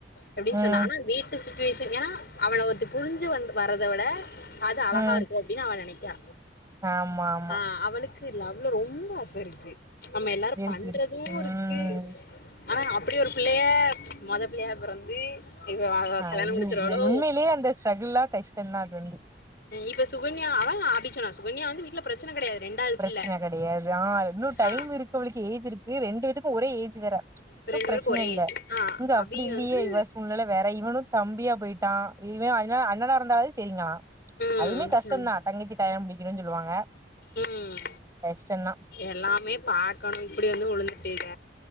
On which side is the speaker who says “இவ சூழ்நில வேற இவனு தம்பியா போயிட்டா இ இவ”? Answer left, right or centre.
Right